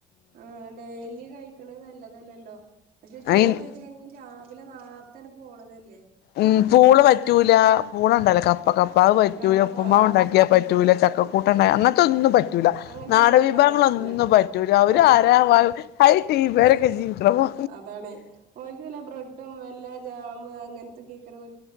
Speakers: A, on the right (about 60°); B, on the left (about 75°).
A: ആഹ് ഡെയിലി കഴിക്കണത് നല്ലതല്ലല്ലോ പക്ഷെ ചോറ്
B: അയിന്
A: വെയ് രാവിലെ നാറത്താണ് പോണതല്ലെ
B: ഉം പൂള് പറ്റൂല പൂളണ്ടല്ല കപ്പ കപ്പാഅത് പറ്റൂല
A: ആഹ് അപ്പ
B: ഉപ്പ്മാവ്
A: ആഹ്
B: ഇണ്ടാക്കിയാ പറ്റൂല ചക്കക്കൂട്ടുണ്ട അങ്ങനത്തെ ഒന്നും പറ്റ പറ്റൂല
A: അങ്ങനത്തൊന്നും
B: നാടവിഭവങ്ങള
A: ഓൽക്ക് വേണ്ടായിരിക്കില്ല
B: ഒന്നും പറ്റൂല അവര്
A: ഓൽ
B: ആരാ
A: ആഹ്
B: ഹൈ ടീമേരെക്കെ ജീവിക്കണപോ
A: അതാണെ ഓൽക്കല്ല ബ്രെഡും വല്ല ജാമ് അങ്ങനത്തെ കേക്കറ ഓൽ